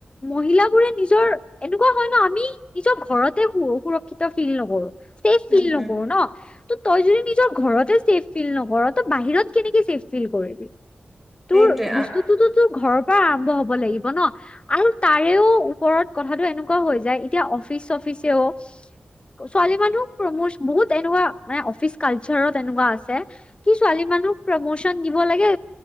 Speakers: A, on the left; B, in the centre.
A: মহিলাবোৰে নিজৰ। এনেকুৱা হয় ন আমি নিজৰ ঘৰতে সুৰক্ষিত ফিল নকৰোঁ। সেই ফিল
B: উম
A: নকৰোঁ
B: উম
A: ন ত তই যদি নিজৰ ঘৰতে ছেফ ফিল নকৰ তই বাহিৰত কেনেকে ছেফ ফিল কৰিবি।
B: সেইটোৱে
A: তোৰ বস্তুটোতো তোৰ ঘৰৰ পৰা আৰম্ভ হ'ব লাগিব ন। আৰু তাৰেও ওপৰত কথাটো এনেকুৱা হৈ যায় এতিয়া অফিচ চফিচেও ছোৱালী মানুহক প্ৰমচ বহুত এনেকুৱা মানে অফিচ কালচাৰত তেনেকুৱা আছে। কি ছোৱালী মানুহক প্ৰমোচন দিব লাগে